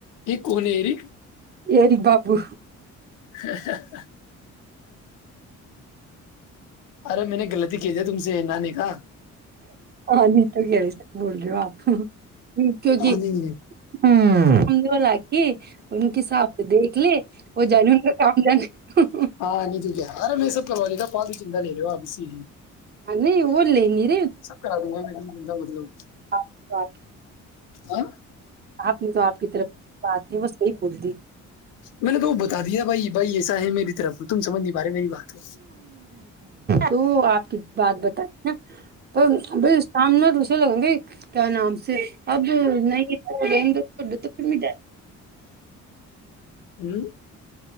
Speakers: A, on the left; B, on the right.
A: کون ہے رے
B: ایری بابو
A: حا حا حا ارے میں نے غلطی کی نا تم سے جی نانی کا
B: ہاں نہیں تو کیسے بول رہے ہو آپ کیونکہ
A: نہیں نہیں
B: ہم نے بولا کہ ان کے حساب سے دیکھ لیں وہ جانے ان کا کام جانے
A: ہاں نیچے گیا ارے میں یہ سب کروا لیتا بعد میں چنتا مت کرو اپ اس کی
B: ہم نے وہ لے لیا
A: سب کرا دوں گا میں چنتا مت کرو
B: آپ نے تو آپ
A: ہاں
B: آپ نے تو آپ کی طرف بات نہیں بس یہی بولتی
A: میں نے تو وہ بتا دیا بھائی بھائی ایسا ہے میری طرف تم سمجھ نہیں پا رہے میری بات
B: تو آپ کی بات بتائی نا ب سامنے دوسے لگوں گ بائی کیا نام سے اب نہیں <unintelligible>
A: ہوں